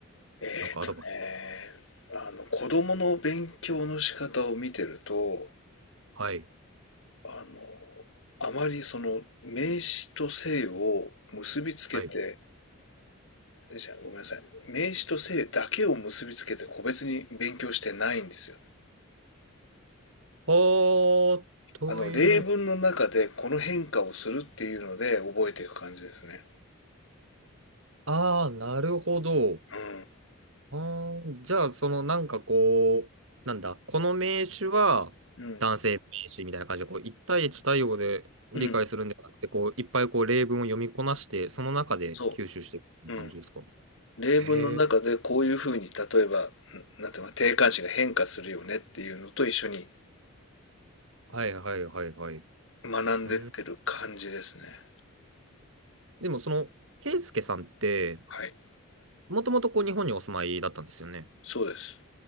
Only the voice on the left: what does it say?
えーとね、
あの、子供の勉強の仕方を見てると、
あの、あまりその、名詞と性を結びつけて、
じゃあごめんなさい。名詞と性だけを結びつけて個別に勉強してないんですよ。
あの、例文の中でこの変化をするっていうので覚えていく感じですね。
うん、
うん、
うん
そう、うん。例文の中でこういうふうに、
例えば、んなんていうのか、定冠詞が変化するよねっていうのと一緒に
学んでってる感じですね。
はい、
そうです。